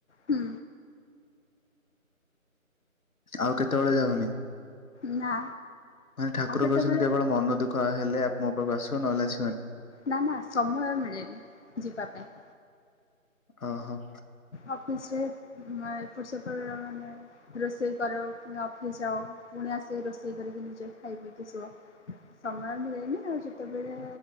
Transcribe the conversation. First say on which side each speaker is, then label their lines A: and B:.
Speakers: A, on the left; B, on the left.
A: ହୁଁ।
B: ଆଉ କେତେବେଳେ ଯାଉନି।
A: ନା।
B: ମାନେ ଠାକୁର
A: ଆଉ କେତେବେଳେ
B: କହୁଛନ୍ତି କେବଳ ମନ ଦୁଃଖ ହେଲେ ଆପଣ ମୋ ପାଖକୁ ଆସିବ ନହେଲେ ଆସିବନି।
A: ନା ନା ସମୟ ମିଳେନି ଯିବା ପାଇଁ।
B: ଅ ହ।
A: ଅଫିସ ରେ <unintelligible> ରୋଷେଇ କର ଫୁଣି ଅଫିସ ଯଅ ପୁଣି ଆସିକି ରୋଷେଇ କରିକି ନିଜେ ଖାଇ ପଇକି ଶୁଅ। ସମୟ ମିଳେନି ଆଉ ଯେତେବେଳେ